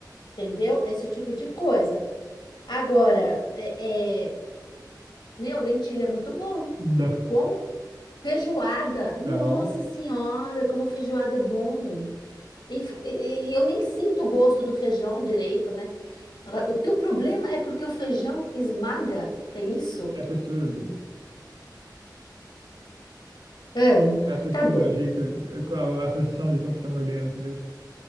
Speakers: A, on the left (about 85°); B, on the right (about 80°).
A: entendeu? Esse tipo de coisa. Agora, é, é, meu, lentilha é muito bom.
B: Não,
A: Como feijoada, nossa
B: não.
A: senhora, como feijoada é bom. E, f- e- e eu nem sinto o gosto do feijão direito, né? Agora, o teu problema é porque o feijão esmaga, é isso?
B: É a textura dele.
A: É,
B: É a textura,
A: tá bom,
B: é o jeito, é a a sensação de quando você está mordendo, entendeu?